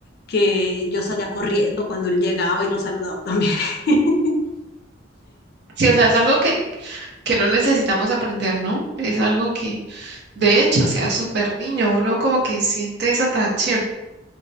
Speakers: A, on the left; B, on the right.
A: que yo salía corriendo cuando él llegaba y lo saludaba también. <laughs>
B: Sí, o sea, es algo que, que no necesitamos aprender, ¿no? Es algo que, de hecho, o sea, súper niño, uno como que siente esa atracción,